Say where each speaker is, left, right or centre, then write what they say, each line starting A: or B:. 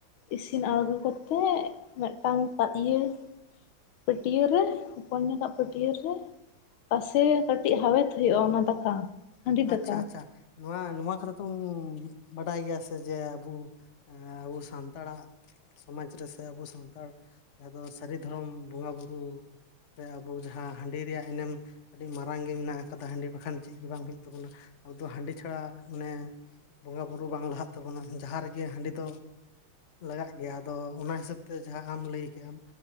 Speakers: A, on the left; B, on the left.
A: ᱤᱥᱤᱱ ᱟᱬᱜᱚ ᱠᱟᱛᱮᱜ ᱢᱤᱫᱴᱟᱝ ᱯᱟ ᱤᱭᱟᱹ ᱯᱟᱹᱴᱭᱟᱹᱨ ᱨᱮ ᱦᱚᱯᱚᱱ ᱧᱚᱠᱟᱜ ᱯᱟᱹᱴᱭᱟᱹᱨ ᱨᱮ ᱯᱟᱥᱮ ᱠᱟᱹᱴᱤᱡ ᱦᱟᱣᱮᱫ ᱦᱩᱭᱩᱜ-ᱟ ᱚᱱᱟ ᱫᱟᱠᱟ᱾ ᱦᱟᱺᱰᱤ ᱫᱟᱠᱟ
B: ᱟᱪᱪᱷᱟ ᱟᱪᱪᱷᱟ᱾ ᱱᱚᱣᱟ ᱱᱚᱣᱟ ᱠᱚᱨᱮ ᱛᱚᱢ ᱵᱟᱰᱟᱭ ᱜᱮᱭᱟ ᱥᱮ ᱡᱮ ᱟᱵᱩ ᱟᱵᱚ ᱥᱟᱱᱛᱟᱲᱟᱜ ᱥᱚᱢᱟᱡᱽ ᱨᱮ ᱥᱮ ᱟᱵᱚ ᱥᱟᱱᱛᱟᱲ ᱡᱟᱦᱟᱸ ᱫᱚ ᱥᱟᱹᱨᱤ ᱫᱷᱚᱨᱚᱢ ᱵᱚᱸᱜᱟ ᱵᱩᱨᱩ ᱛᱮ ᱟᱵᱚ ᱡᱟᱦᱟᱸ ᱦᱟᱺᱰᱤ ᱨᱮᱭᱟᱜ ᱮᱱᱮᱢ ᱟᱹᱰᱤ ᱢᱟᱨᱟᱝ ᱜᱮ ᱢᱮᱱᱟᱜ ᱟᱠᱟᱫᱟ ᱦᱟᱺᱰᱤ ᱵᱟᱠᱷᱟᱱ ᱪᱮᱫ ᱜᱮ ᱵᱟᱝ ᱦᱩᱭᱩᱜ ᱛᱟᱵᱚᱱᱟ᱾ ᱟᱵᱚ ᱫᱚ ᱦᱟᱺᱰᱤ ᱪᱷᱟᱲᱟ ᱢᱟᱱᱮ ᱵᱚᱸᱜᱟ ᱵᱩᱨᱩ ᱵᱟᱝ ᱞᱟᱦᱟᱜ ᱛᱟᱵᱚᱱᱟ᱾ ᱡᱟᱦᱟᱸ ᱨᱮᱜᱮ ᱦᱟᱺᱰᱤ ᱫᱚ ᱞᱟᱜᱟᱜ ᱜᱮᱭᱟ ᱟᱫᱚ ᱚᱱᱟ ᱦᱤᱥᱟᱹᱵ ᱛᱮ ᱡᱟᱦᱟᱸ ᱟᱢ ᱞᱟᱹᱭ ᱠᱮᱫ-ᱟᱢ